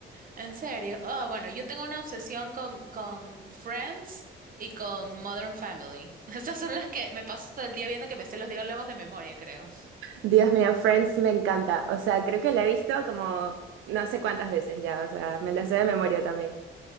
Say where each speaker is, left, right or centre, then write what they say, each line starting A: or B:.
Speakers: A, on the right; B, on the right.
A: ¿En serio? Ah, bueno, yo tengo una obsesión con, con Friends y con Modern Family. <laughs> Estas son las que me paso todo el día viendo que me sé los diálogos de memoria, creo.
B: Dios mío, Friends me encanta. O sea, creo que la he visto como no sé cuántas veces ya. O sea, me la sé de memoria también.